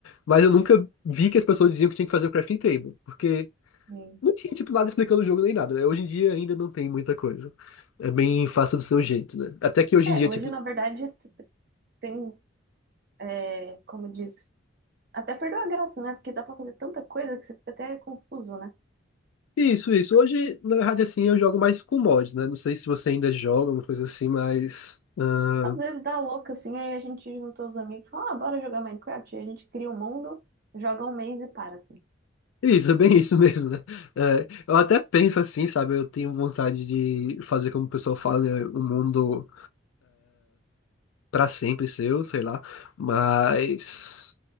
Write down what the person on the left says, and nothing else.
mas eu nunca vi que as pessoas diziam que tinha que fazer o crafting table, porque
não tinha, tipo, nada explicando o jogo nem nada, né? Hoje em dia ainda não tem muita coisa. É bem fácil do seu jeito, né? Até que hoje
em dia,
tipo,
isso, isso. Hoje, na verdade, assim, eu jogo mais com mods, né? Não sei se você ainda joga, alguma coisa assim, mas... ah,
Isso, é bem <laughs> isso mesmo, né? É, eu até penso assim, sabe? Eu tenho vontade de fazer como o pessoal fala, né? O mundo para sempre seu, sei lá. Mas